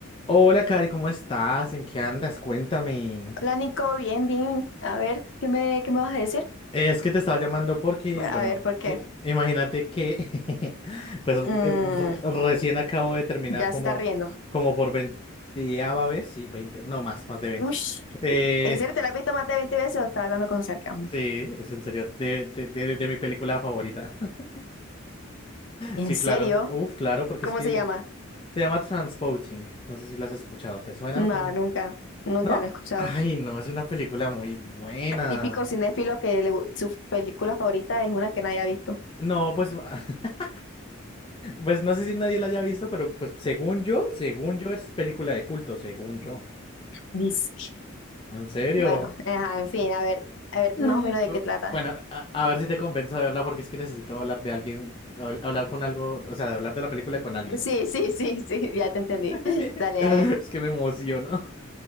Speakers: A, on the left; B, on the left.
A: Hola, Cari, ¿cómo estás? ¿En qué andas? Cuéntame.
B: Hola Nico, bien, bien. A ver, ¿qué me, qué me vas a decir?
A: Es que te estaba llamando porque,
B: A
A: bueno,
B: ver, ¿por qué?
A: i- imagínate que, <laughs> pues,
B: Mm,
A: el- r- recién acabo de terminar
B: ya
A: como,
B: se está riendo.
A: como por veinteava vez, sí, veinte, no más, más de veinte.
B: Uy,
A: Eh,
B: ¿en serio te la has visto más de 20 veces o estás hablando con sarcasmo?
A: <laughs> sí, es en serio, de, de, de- de mi película favorita. <laughs>
B: ¿En
A: Sí,
B: serio?
A: claro, uf, claro, porque
B: ¿Cómo
A: es que
B: se llama?
A: se llama Transporting. No sé si la has escuchado, ¿te suena?
B: No,
A: fam-
B: nunca, nunca
A: ¿No?
B: la he escuchado.
A: Ay, no, es una película muy buena.
B: Típico cinéfilo que le gu- su película favorita es una que nadie ha visto.
A: No, pues <laughs> Pues no sé si nadie la haya visto, pero pues según yo, según yo es película de culto, según yo.
B: Disque.
A: ¿En serio?
B: Bueno, ajá, en fin, a ver, a ver,
A: <laughs>
B: más o menos de
A: Bu-
B: qué trata.
A: Bueno, a, a ver si te convenzo de verla porque es que necesito hablar de alguien, hab- hablar con algo, o sea, de hablar de la película con alguien.
B: Sí, sí, sí, <laughs> sí, ya te entendí.
A: <laughs>
B: <laughs> Dale,
A: Es
B: a ver.
A: que me emociono.